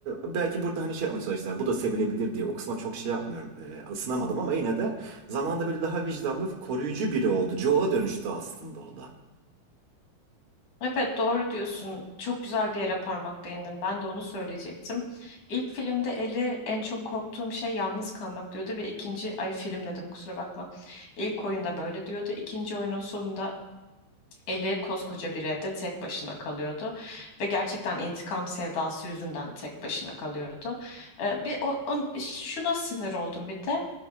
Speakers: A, on the right (about 60°); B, on the left (about 50°).
A: e, belki burada hani şey yapmaya çalıştılar. Bu da sevilebilir diye. O kısma çok şey yapmıyorum. E, ısınamadım ama yine de zamanda böyle daha vicdanlı, koruyucu biri oldu. Joel'a dönüştü aslında o da.
B: Evet doğru diyorsun. Çok güzel bir yere parmak değindin. Ben de onu söyleyecektim. İlk filmde Ellie en çok korktuğum şey yalnız kalmak diyordu ve ikinci ay film dedim kusura bakma. İlk oyunda böyle diyordu. İkinci oyunun sonunda Ellie koskoca bir evde tek başına kalıyordu ve gerçekten intikam sevdası yüzünden tek başına kalıyordu. Ee, bir o, on- şuna sinir oldum bir de.